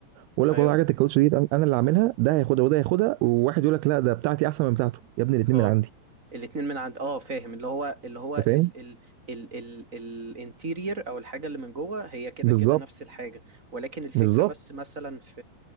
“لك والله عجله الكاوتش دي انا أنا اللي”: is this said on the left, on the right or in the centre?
Right